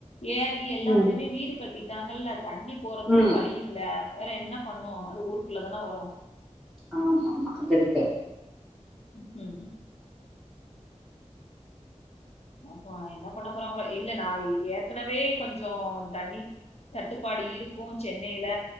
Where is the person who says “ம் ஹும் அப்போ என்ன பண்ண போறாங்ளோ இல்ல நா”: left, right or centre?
Left